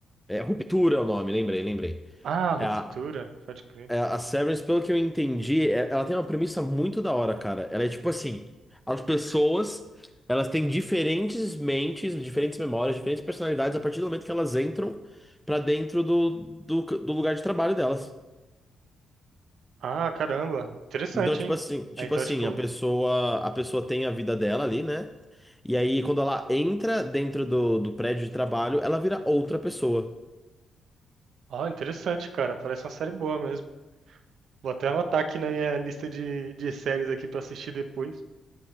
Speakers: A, in the centre; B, on the right.
A: é Ruptura é o nome, lembrei, lembrei.
B: Ah,
A: É
B: Ruptura,
A: a,
B: pode crer.
A: é a Severance, pelo que eu entendi, é- ela tem uma premissa muito da hora, cara. Ela é tipo assim, as pessoas, elas têm diferentes mentes, diferentes memórias, diferentes personalidades a partir do momento que elas entram pra dentro do, do do lugar de trabalho delas.
B: Ah, caramba. Interessante,
A: Então, tipo
B: hein?
A: assim, tipo
B: Ah, então,
A: assim,
B: tipo.
A: a pessoa, a pessoa tem a vida dela ali, né? E aí, quando ela entra dentro do, do prédio de trabalho, ela vira outra pessoa.
B: ó, interessante, cara. Parece uma série boa mesmo. Vou até anotar aqui na minha lista de, de séries aqui pra assistir depois.